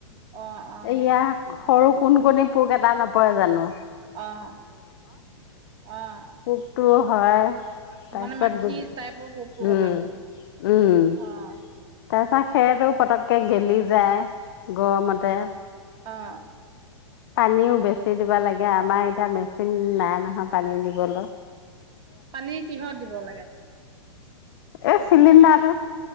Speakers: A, on the right (about 30°); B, on the left (about 50°).
A: অ', অ',
B: এয়া সৰু কোন কোণনি পোক এটা নপৰে জানো?
A: অ', অ'।
B: পোকটোও হয়। তাৰপিছত
A: মানে মাখি
B: গো
A: টাইপৰ পোকটোৰ
B: উম,
A: কথা কৈছা?
B: উম,
A: অ'।
B: তাৰপিছত সেইটো পটককৈ গেলি যায়, গৰমতে।
A: অ'।
B: পানীও বেচি দিব লাগে আমাৰ এতিয়া মেচিন নাই নহয় পানী দিব গল
A: পানী কিহত দিব লাগে?
B: এই চিলিণ্ডাৰটোত,